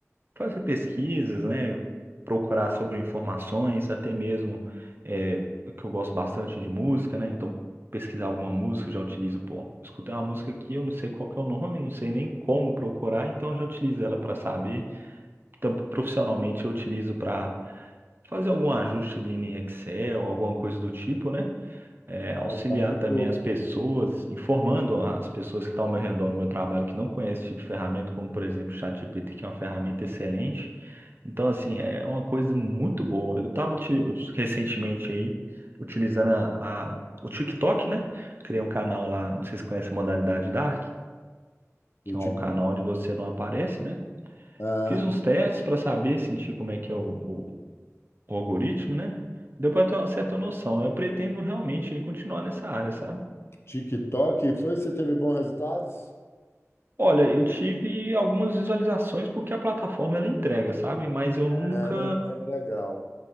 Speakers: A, on the right; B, on the left.
A: fazer pesquisas, né? Procurar sobre informações, até mesmo é, que eu gosto bastante de música, né? Então pesquisar alguma música, eu já utilizo, pô, escutei uma música aqui, eu não sei qual que é o nome, não sei nem como procurar, então eu já utilizo ela para saber. Então, profissionalmente eu utilizo para fazer algum ajuste ali em Excel, alguma coisa do tipo, né? É,
B: Está
A: auxiliar
B: muito
A: também as pessoas, informando as pessoas que estão ao meu redor no meu trabalho que não conhecem esse tipo de ferramenta, como por exemplo o ChatGPT, que é uma ferramenta excelente. Então, assim, é uma coisa muito boa. Eu estava recentemente aí utilizando a, a- o TikTok, né? Criei um canal lá, não sei se conhece a modalidade Dark,
B: o
A: que
B: Tik-
A: é um canal onde você não aparece, né?
B: ah,
A: Fiz uns testes para saber, sentir como é que é o o algoritmo, né? Deu para ter uma certa noção. Eu pretendo realmente continuar nessa área, sabe?
B: TikTok, foi? Você teve bons resultados?
A: Olha, eu tive algumas visualizações porque a plataforma ela entrega, sabe? Mas eu nunca,
B: É, Ela entrega legal.